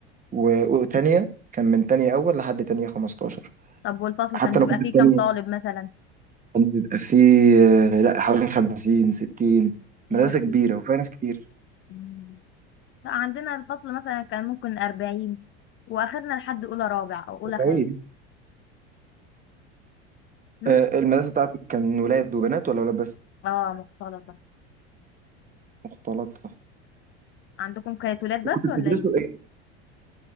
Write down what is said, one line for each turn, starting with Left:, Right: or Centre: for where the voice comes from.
Right: و- وتانية كان من تانية اول لحد تانية 15
Left: طب والفصل
Right: حتى
Left: كان بيبقى
Right: انا كنت
Left: فيه
Right: التانية
Left: كام طالب مثلا
Right: كان بيبقى فيه آه، لا حوالي 50 60
Left: يا
Right: مدرسة
Left: ربي
Right: كبيرة وفيها ناس كتير
Left: مم. لا عندنا الفصل مثلا كان ممكن أربعين وآخرنا لحد أولى رابع أو أولى
Right: طويل
Left: خامس هم؟
Right: آه، المدرسة بتاعتك كان ولاد وبنات ولا ولاد بس؟
Left: اه مختلطة
Right: مختلطة
Left: عندكم كانت ولاد بس
Right: كنت بتدرسوا
Left: ولا ايه؟
Right: ايه؟